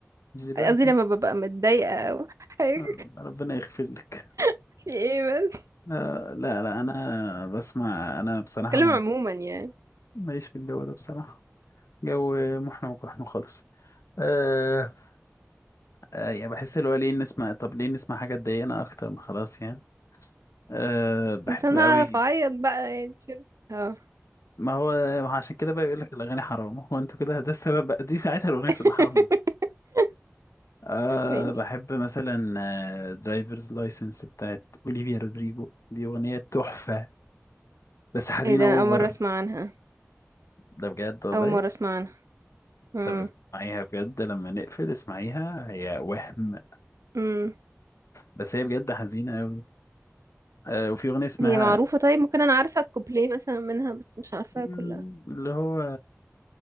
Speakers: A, on the left; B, on the right.
A: مش دلوقتي
B: قصدي لما ببقى متضايقة حاجة
A: آه، ربنا يغفر لك
B: <laughs> في ايه بس
A: آه، لا لا انا بسمع انا بصراحه
B: بتكلم
A: ما-
B: عموما يعني
A: ماليش في الجو ده بصراحه جو محن وقحن خالص أه أه يعني بحس اللي هو ليه نسمع طب ليه نسمع حاجه تضايقنا اكتر من خلاص يعني أه بحب
B: بس انا
A: قوي
B: اعرف اعيط بقى يعني كده اه
A: ما هو عشان كده بقى يقول لك الاغاني حرام هو انتوا كده ده السبب بقى دي ساعتها الاغنيه بتبقى
B: <laughs>
A: حرام أه
B: ماشي
A: بحب مثلا درايفرز لايسنس بتاعت اوليفيا رودريجو دي اغنيه تحفه بس حزينه
B: ايه ده
A: اوفر
B: انا اول مرة اسمع عنها
A: ده بجد والله
B: اول مرة اسمع عنها امم
A: طب اسمعيها بجد لما نقفل اسمعيها هي وهم
B: امم
A: بس هي بجد حزينة أوي آه وفي أغنية اسمها
B: هي معروفة طيب ممكن انا عارفة الكوبليه مثلا منها بس مش عارفاها
A: مم،
B: كلها
A: اللي هو